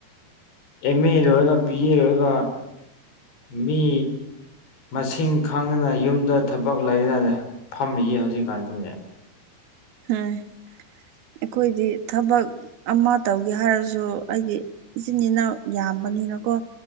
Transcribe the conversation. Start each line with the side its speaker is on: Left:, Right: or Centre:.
Left: ꯑꯦꯝ ꯑꯦ ꯂꯣꯏꯔꯒ ꯕꯤ ꯑꯦ ꯂꯣꯏꯔꯒ ꯃꯤ ꯃꯁꯤꯡ ꯈꯪꯗꯅ ꯌꯨꯝꯗ ꯊꯕꯛ ꯂꯩꯗꯅ ꯐꯝꯃꯤꯌꯦ ꯍꯧꯖꯤꯛꯀꯥꯟꯁꯤꯗꯤ
Right: ꯎꯣꯏ ꯑꯩꯈꯣꯏꯗꯤ ꯊꯕꯛ ꯑꯃ ꯇꯧꯒꯦ ꯍꯥꯏꯔꯁꯨ ꯑꯩꯗꯤ ꯏꯆꯤꯟ ꯏꯅꯥ ꯌꯥꯝꯕꯅꯤꯅꯀꯣ